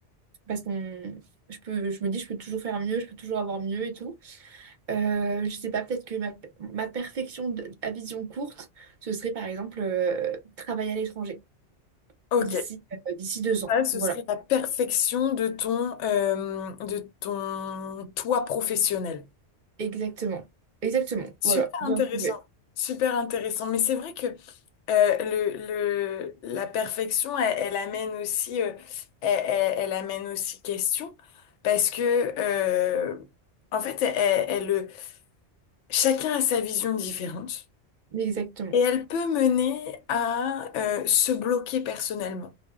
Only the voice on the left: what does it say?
Ok,
ça, ce
serait la perfection de ton, euh, de ton toi professionnel.
Super
intéressant,
super intéressant. Mais c'est vrai que Euh, le, le, la perfection, elle, elle amène aussi, euh, elle, elle- elle amène aussi question, parce que, euh, en fait, elle, elle, elle- chacun a sa vision différente
et elle peut mener à euh, se bloquer personnellement,